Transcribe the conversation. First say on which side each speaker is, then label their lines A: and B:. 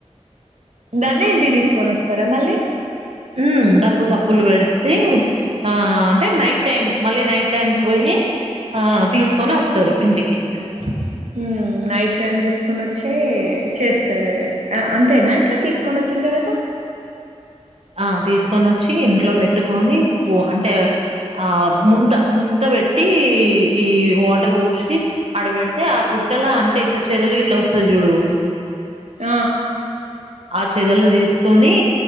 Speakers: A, on the right (about 75°); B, on the right (about 60°).
A: దాన్ని ఇంటి కి తీసుకొని వస్తారా మళ్ళీ
B: మ్ డప్పు సప్పులు పెడితే ఆ అంటే నైట్ టైమ్ మళ్ళీ నైట్ టైమ్స్ పోయి ఆ తీసుకొని
A: మ్మ్
B: వస్తారు ఇంటికి ఓకే
A: హ్మ్ నైట్ టైం తీసుకొని వచ్చి చేస్తారు అంతేనా ఇంకా తీసుకొని వచ్చిన తర్వాతా
B: ఆ తీసుకొని వచ్చి ఇంట్లో పెట్టుకొని పూ అంటే ఆ ముంత ముంత పెట్టి ఈ వాటర్ పోసి అడబెడితే ఆ పుట్టలా అంటే ఇట్లా చెదలుకి ఇట్లా వస్తది చూడు
A: ఆ
B: ఆ చేదులను తీసుకొని